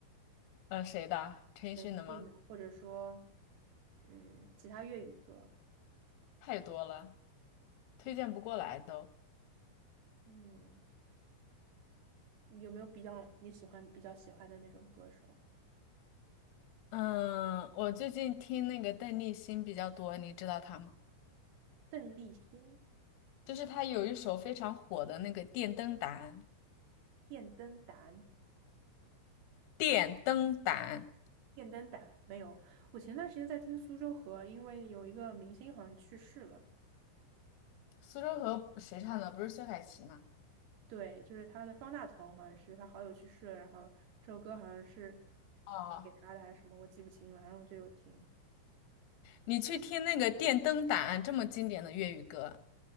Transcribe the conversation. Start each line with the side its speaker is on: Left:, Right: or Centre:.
Left: 呃，谁的？陈奕迅的吗？
Right: 陈奕迅的，或者说，嗯，其他粤语歌。
Left: 太多了，推荐不过来都。
Right: 嗯，有没有比较你喜欢、比较喜欢的那种歌手？
Left: 嗯，我最近听那个邓丽欣比较多，你知道她吗？
Right: 邓丽欣、
Left: 就是他有一首非常火的那个电灯胆，
Right: 电灯胆、
Left: 电灯胆，
Right: 电灯胆没有。我前段时间在听苏州河，因为有一个明星好像去世了。
Left: 苏州河谁唱的？不是薛凯琪吗？
Right: 对，就是他的方大同，好像是他好友去世了，然后这首歌好像是
Left: 哦，
Right: 给他的还是什么，我记不清了。然后我就有听。
Left: 你去听那个电灯胆这么经典的粤语歌，